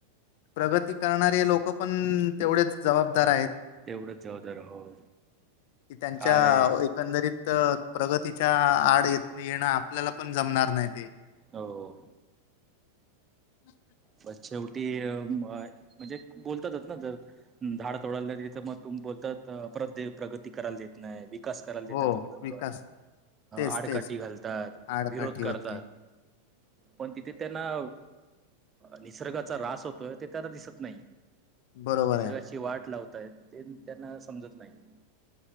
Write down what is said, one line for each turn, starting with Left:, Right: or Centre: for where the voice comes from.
Left: प्रगती करणारे लोक पण तेवढेच जबाबदार आहेत.
Right: तेवढंच जबाबदार हो.
Left: कि त्यांच्या
Right: काय
Left: एकंदरीत प्रगती च्या आड येत येणं आपल्याला पण जमणार नाही ते
Right: हो.
Left: <unintelligible>
Right: पण शेवटी म्हणजे बोलतातच ना जर झाड तोडायला त तर मग तुम बोलत परत प्रगती करायला देत नाही विकास करायला देतता
Left: हो
Right: तुम्ही लोक
Left: विकास तेच
Right: आडकाठी
Left: तेच
Right: घालतात
Left: आडकाठी
Right: विरोध करतात.
Left: होते
Right: पण तिथे त्यांना निसर्गाचा रास होतोय ते त्यांना दिसत <unintelligible>
Left: बरोबर
Right: निसर्गाची
Left: आहे.
Right: वाट लावताय ते त्यांना समजत नाहीे